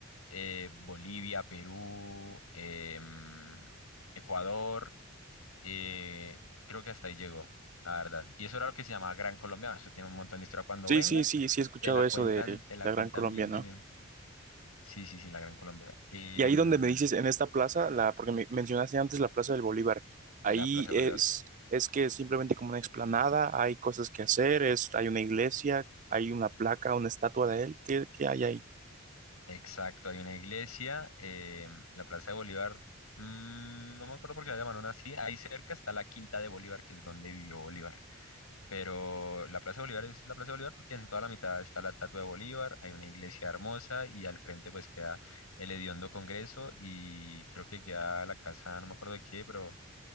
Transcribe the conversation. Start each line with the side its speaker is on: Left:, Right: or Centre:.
Left: eh, Bolivia, Perú, em, Ecuador. Eh, creo que hasta ahí llegó, la verdad. Y eso era lo que se llamaba Gran Colombia. Eso tiene un montón de historia. Cuando
Right: Sí,
Left: vengas,
Right: sí, sí, sí he escuchado
Left: te la cuentan,
Right: eso de
Left: te la
Right: la
Left: cuentan
Right: Gran Colombia,
Left: bien,
Right: ¿no?
Left: bien, bien. Sí, sí, sí, la Gran Colombia. Em,
Right: Y ahí donde me dices, en esta plaza, la, porque me mencionaste antes la Plaza del Bolívar, ahí
Left: la Plaza de
Right: es,
Left: Bolívar.
Right: es que es simplemente como una explanada, hay cosas que hacer, es, hay una iglesia, hay una placa, una estatua de él, ¿qué, qué hay ahí?
Left: Exacto, hay una iglesia. em, la Plaza de Bolívar, mm, no me acuerdo por qué la llamaron así. Ahí cerca está la Quinta de Bolívar, que es donde vivió Bolívar. Pero la Plaza de Bolívar es la Plaza de Bolívar porque en toda la mitad está la estatua de Bolívar, hay una iglesia hermosa y al frente pues queda el hediondo Congreso y creo que queda la casa, no me acuerdo de qué, pero